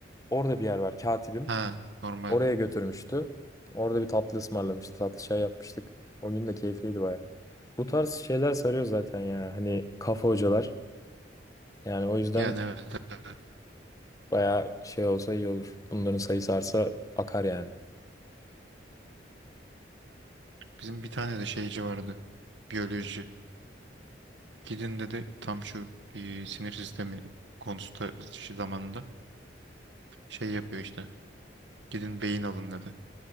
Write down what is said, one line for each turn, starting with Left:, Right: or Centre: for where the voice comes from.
Left: Orada bir yer var. Katibim.
Right: Ha normal
Left: Oraya götürmüştü. Orada bir tatlı ısmarlamıştı. Tatlı çay yapmıştık. O gün de keyifliydi baya. Bu tarz şeyler sarıyor zaten ya. Hani kafa hocalar. Yani o yüzden
Right: yani evet, evet. evet.
Left: baya şey olsa iyi olur. Bunların sayısı artsa akar yani.
Right: Bizim bir tane de şeyci vardı. Biyoloji. Gidin dedi tam şu e, sinir sistemi konusunda şu zamanında şey yapıyor işte. Gidin beyin alın dedi.